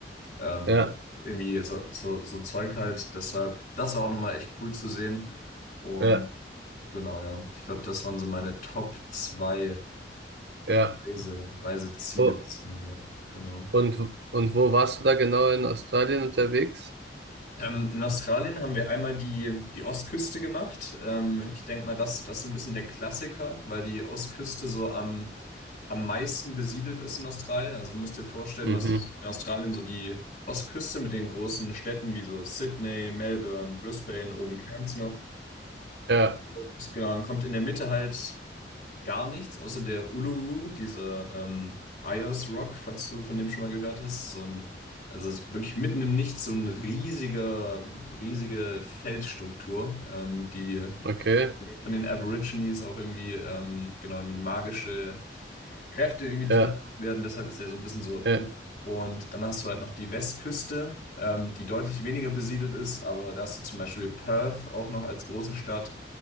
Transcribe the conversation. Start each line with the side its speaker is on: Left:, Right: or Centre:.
Left: ähm,
Right: ja,
Left: irgendwie so, so, so Zeug halt. Deshalb, das war auch nochmal echt cool zu sehen. Und
Right: ja,
Left: genau, ja, ich glaube, das waren so meine Top 2
Right: ja.
Left: Reise, Reiseziele
Right: Oh.
Left: bisher, ja, genau.
Right: Und, und wo warst du da genau in Australien unterwegs?
Left: Ähm, in Australien haben wir einmal die, die Ostküste gemacht. Ähm, ich denke mal, das, das ist so ein bisschen der Klassiker, weil die Ostküste so am, am meisten besiedelt ist in Australien. Also du musst dir vorstellen,
Right: Mhm.
Left: du hast in Australien so die Ostküste mit den großen Städten wie so Sydney, Melbourne, Brisbane, oben Cairns noch.
Right: Ja,
Left: Und genau, dann kommt in der Mitte halt. Gar nichts, außer der Uluru, diese ähm, Ayers Rock, falls du von dem schon mal gehört hast. So ein, also es ist wirklich mitten im Nichts so ein riesiger, riesige Felsstruktur, ähm, die
Right: okay.
Left: von den Aborigines auch irgendwie, ähm, genau, irgendwie magische Kräfte irgendwie zugesprochen
Right: Ja,
Left: werden. Deshalb ist er so ein bisschen so berühmt.
Right: ja,
Left: Und dann hast du halt noch die Westküste, ähm, die deutlich weniger besiedelt ist, aber da hast du zum Beispiel Perth auch noch als große Stadt,